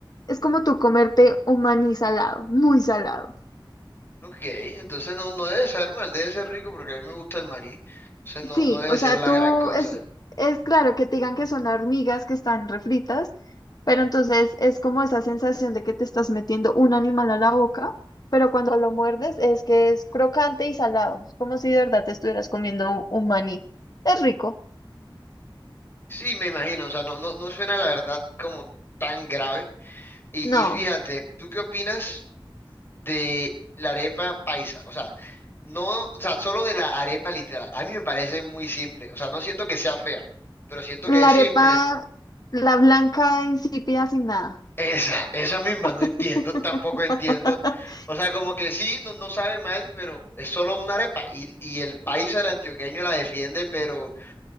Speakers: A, on the left; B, on the left.
A: Es como tú comerte un maní salado, muy salado.
B: Ok, entonces no, no debe saber mal, debe ser rico porque a mí me gusta el maní. Entonces no,
A: Sí,
B: no debe
A: o
B: ser
A: sea,
B: la
A: tú
B: gran cosa.
A: es, es claro que te digan que son hormigas que están refritas, pero entonces es como esa sensación de que te estás metiendo un animal a la boca, pero cuando lo muerdes es que es crocante y salado, es como si de verdad te estuvieras comiendo un, un maní. Es rico.
B: Sí, me imagino, o sea, no, no, no suena la verdad como tan grave. Y,
A: No,
B: y fíjate, ¿tú qué opinas de la arepa paisa? O sea, no, o sea, solo de la arepa literal. A mí me parece muy simple, o sea, no siento que sea fea, pero siento que
A: la
B: es simple.
A: arepa, la blanca, insípida, sin nada.
B: Esa, esa misma, no
A: <laughs>
B: entiendo, tampoco entiendo. O sea, como que sí, no, no sabe mal, pero es solo una arepa. Y, y el país del antioqueño la defiende, pero,